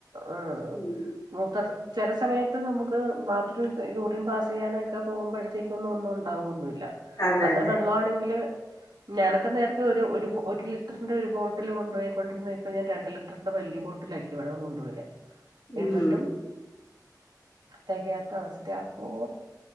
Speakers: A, on the right; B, on the left.
A: ആഹ്
B: ഉം
A: മൂത്ര ചെല സമയത്ത് നമുക്ക് ബാത്രറൂം യൂറിൻപാസ്സ് ചെയ്യാനൊക്കെ പോകുമ്പോഴത്തേക്ക ഒന്നും ഒന്നും ഉണ്ടാവന്നില്ല
B: അതെ
A: അന്ന്
B: അതെ
A: വെള്ള ആണെങ്കില് ഞാനൊക്കെ നേരത്തെ ഒരു ഒരു ലിറ്ററിൻ് ഒരു ബോട്ടിൽ കൊണ്ടു പോയിണ്ടിരുന്ന ഇപ്പോ ഞാൻ രണ്ട് ലിറ്ററിൻ് വലിയ ബോട്ടില ആക്കി വെള്ളം കൊണ്ടപോലേ
B: ഉം
A: എന്നിട്ടും തെകയാത്ത അവസ്ഥ യാകൊ